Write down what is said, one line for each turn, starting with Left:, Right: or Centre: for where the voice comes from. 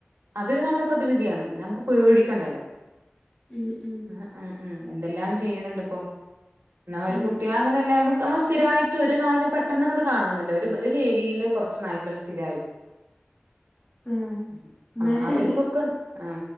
Right: അതൊരു നല്ല പ്രതിവിധിയാണ് നമുക്ക് പേടി ക്കണ്ടല്ലോ
Left: ഉം ഉം
Right: ആ ആ ആ എന്തെല്ലാം ചെയ്യിനിണ്ട്പ്പോ എന്ന ഒരു
Left: ഉം
Right: കുട്ടി അങ്ങനെയല്ലേ നമ നമ്മ സ്ഥിരായിട്ട് ഒരു നായന് പെട്ടന്നി ങ്ങട്ട് കാണോന്നുല്ല ഒരു ഒരേരിയയില് കുറച്ച് നായ്ക്കൾ സ്ഥിരായിരിക്കും
Left: ആഹ്
Right: മ്
Left: എന്നാ
Right: ആ
Left: ശരി
Right: അവർക്കൊക്കെ ആ